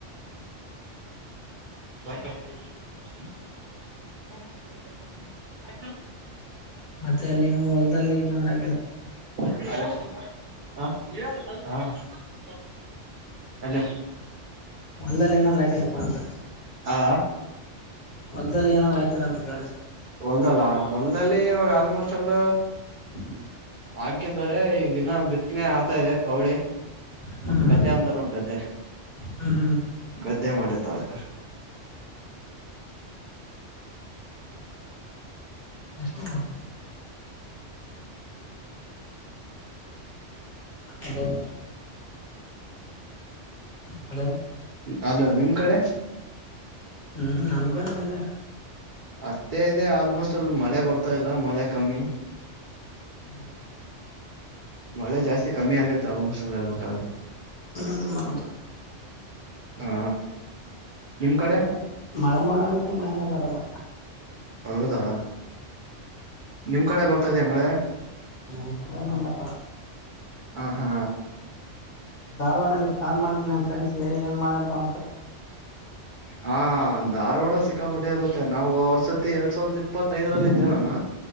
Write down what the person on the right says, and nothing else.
<unintelligible>
ಹ ಹಾ <unintelligible> ಹಲೋ
ಆ
ಹೊಲ್ದಲ್ಲ ಹೊಲ್ದಲ್ಲಿ ಇವಾಗ ಆಲ್ಮೋಸ್ಟ್ ಎಲ್ಲ
ಹಾಕಿದಾರೆ ಈಗ ಇನ್ನಾ ಬಿತ್ತನೆ ಆತ ಇದೆ ಕೌಳಿ
ಗದ್ದೆ ಅಂತೋ ಗದ್ದೆ
ಗದ್ದೆ ಮಾಡಿರ್ತಾರೆ <unintelligible> <inaudible>
ಹಲೋ ನಿಮ್ ಕಡೆ
ಅಷ್ಟೇ ಇದೆ ಆಲ್ಮೋಸ್ಟ್ ಅಲ್ಲಿ ಮಳೆ ಬರ್ತಾ ಇಲ್ಲ ಮಳೆ ಕಮ್ಮಿ
ಮಳೆ ಜಾಸ್ತಿ ಕಮ್ಮಿ ಆಗತ್ತ ಆಲ್ಮೋಸ್ಟ್ ಹೇಳಬೇಕು ಅಂದ್ರೆ
ಹಾ
ನಿಮ್ ಕಡೆ
ಹೌದಾ ನಿಮ್ ಕಡೆ ಬರ್ತಾ ಇದ್ಯಾ ಮಳೆ
ಹ ಹಾ
ಹಾ ಧಾರವಾಡ ಸಿಕ್ಕಾಪಟ್ಟೆ ಇರುತ್ ತ್ತೆ ನಾವು ವರ್ಸತಿ ಎರಡ್ ಸಾವಿರದ ಇಪ್ಪತ್ತೈದರಲ್ಲಿ ಇದಿದ್ದೆ ನಾನು